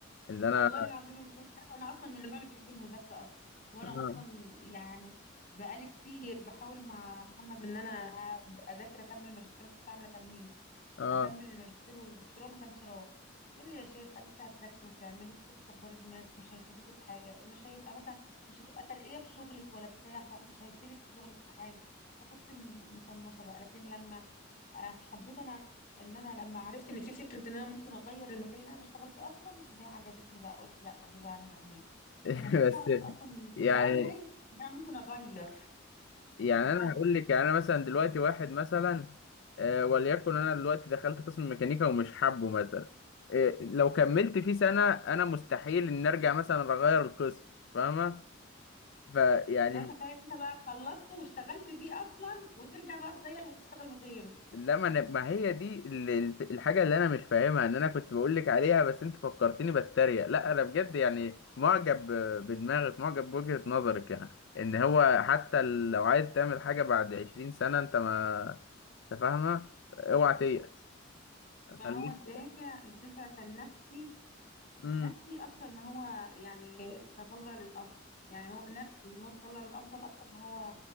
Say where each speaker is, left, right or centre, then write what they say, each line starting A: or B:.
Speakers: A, on the left (about 60°); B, on the left (about 45°).
A: إن أنا
B: والله العظيم يا مصطفى عارفة انا اصلا من النوع اللي بحب المذاكره اصلا وانا
A: آه
B: اصلا يعني بقالي كتير بحاول مع محمد ان انا أبدأ اذاكر اكمل ماجستير أنا كنت عامله تمهيد
A: آه.
B: اكمل الماجستير والدكتوراه ما كانش راضي يقول لي يا شيخه لسه هتذاكري وتعملي اسكتي كبري دماغك مش هيفيدوكي بحاجه مش هيبقى مثلا مش هتبقى ترقيه في شغلك ولا بتاع فمش هيفيدك في شغلك في حاجه فكنت م- مطنشه بقى لكن لما آه، حبيت انا ان انا لما عرفت ان في فكره ان انا ممكن اغير المجال اللي انا بشتغل فيه اصلا دي عجبتني بقى قلت لا دي بقى انا هعملها
A: <laughs>
B: لكن ما كنتش
A: بس
B: اعرف اصلا
A: يعني
B: في الاول ان انا ممكن اغير
A: يعني
B: التخصص
A: أنا هقول لك يعني أنا مثلا دلوقتي واحد مثلا آه، وليكن أنا دلوقتي دخلت قسم ميكانيكا ومش حابه مثلا آه، لو كملت فيه سنة أنا مستحيل إن أرجع مثلا أغير القسم فاهمة؟ فيعني
B: لا تخيل انت بقى خلصته واشتغلت بيه اصلا وترجع بقى تغير وتشتغل بغيره
A: لا ما, أنا ما هي دي ال- ال- الحاجة اللي أنا مش فاهمها إن أنا كنت بقول لك عليها بس أنت فكرتني بتريق لا أنا بجد يعني معجب ب- بدماغك معجب بوجهة نظرك يعني إن هو حتى ال- لو عايز تعمل حاجة بعد 20 سنة أنت ما أنت فاهمة أوعى تيأس
B: ما
A: خليك
B: هو الدافع الدافع كان نفسي
A: مم.
B: نفسي اكتر ما هو يعني تطلع للافضل يعني هو نفسي اللي هو تطلع للافضل اكتر ما هو